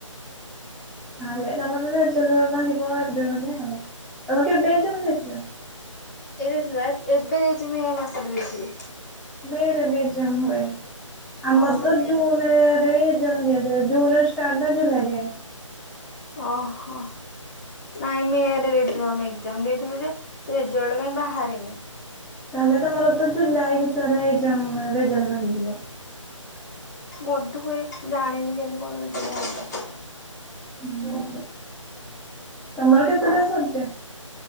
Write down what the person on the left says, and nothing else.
ଏଇ ଦେଇଥିଲୁ ଏବେ ଦେଇଛି ମୁଁ ଏ ମାସାରେ ଦେଇିଥିଲି।
ହଁ
ସେଇ
ମେ
ରେ
ଅ ହଁ। ନାଇଁ ମେ ରେ ଦେଇଥିଲୁ ଆମେ ଏଗ୍ଜାମ ଦେଇଥିଲୁ ଯେ ରେଜଲ୍ଟ କାଇଁ ବାହାରିନି।
ବୋଧୁଏ ଜାଣିନି କେମିତି କଣ ରେଜଲ୍ଟ ବାହାରିବ।